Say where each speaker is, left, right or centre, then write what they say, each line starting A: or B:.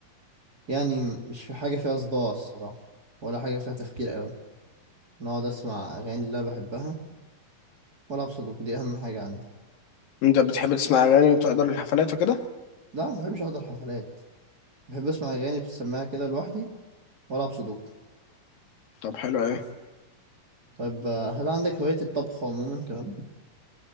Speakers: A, on the right (about 25°); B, on the left (about 70°).
A: يعني مش في حاجه فيها صداع الصراحه ولا حاجه فيها تفكير قوي أنا اقعد اسمع اغاني اللي انا بحبها والعب سودوكو دي اهم حاجه عندي
B: انت بتحب تسمع اغاني وبتقدر الحفلات وكده
A: لا ما بحبش احضر حفلات بحب اسمع اغاني في السماعه كده لوحدي والعب سودوكو
B: طب حلو قوي
A: طيب هل عندك هوايه الطبخ عموما كمان